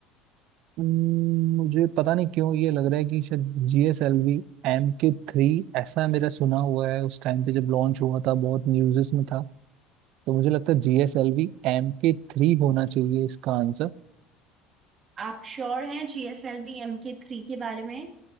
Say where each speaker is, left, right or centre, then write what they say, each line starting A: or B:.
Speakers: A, on the right (about 60°); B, on the right (about 35°).
A: हम्म, मुझे पता नहीं क्यों ये लग रहा है कि शायद जीएसएलवी एम के थ्री ऐसा मेरा सुना हुआ है उस टाइम पे जब लॉन्च हुआ था बहुत न्यूज़ेस में था तो मुझे लगता है G S L V M K three होना चाहिए इसका आंसर
B: आप श्योर हैं G S L V M K three के बारे में